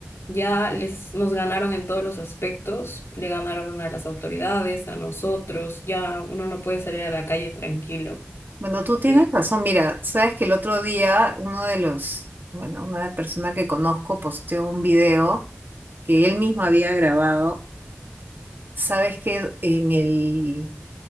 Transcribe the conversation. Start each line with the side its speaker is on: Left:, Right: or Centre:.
Left: ya les nos ganaron en todos los aspectos, le ganaron a las autoridades, a nosotros, ya uno no puede salir a la calle tranquilo.
Right: Bueno, tú tienes
Left: Y
Right: razón. Mira, sabes que el otro día uno de los, bueno, una persona que conozco posteó un video que él mismo había grabado. Sabes que en el